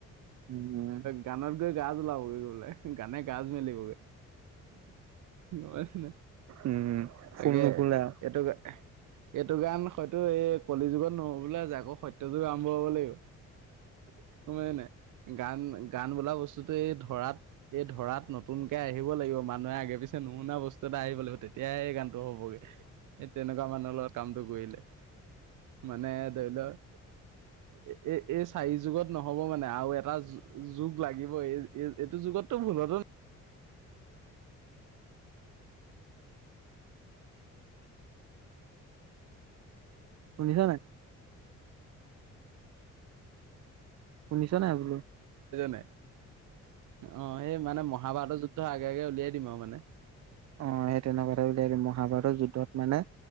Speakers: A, on the right (about 60°); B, on the right (about 90°).
A: উম
B: গানত গৈ গা জ্বলাব গৈ পেলাই গানে গাজ মেলিবগৈ, গম পাইছ নে?
A: উম ফুল
B: তাকে,
A: নুফুলে আও
B: এইটো গানে এইটো গান হয়তো এই কলি যুগত নহ'ব বোলে যে, আকৌ সত্য যুগ আৰম্ভ হ'ব লাগিব। গম পাইছ নে? গান, গান বোলা বস্তুটো এই ধৰাত এই ধৰাত নতুনকে আহিব লাগিব। মানুহে আগে-পিছে নুশুনা বস্তু এটা আহিব লাগিব। তে তিয়াই এই গানটো হ'বগে এই তেনেকুৱা মানুহৰ লগত কামটো কৰিলে। মানে ধৰি'ল, এ, এ, এই চাৰি যুগত নহ'ব মানে আৰু এটা যু-যুগ লাগিব এই, এই-এইটো যুগতটো ভুলতো
A: শুনি'ছ নাই? শুনি'ছ নাই বোলো?
B: নাই। অ' সেই মানে মহাভাৰতৰ যুদ্ধ আগে-আগে উলিয়াই দিম আৰু মানে
A: অ' সেই তেনেকুৱাতে উলিয়াই দিম মহাভাৰতৰ যুদ্ধত মানে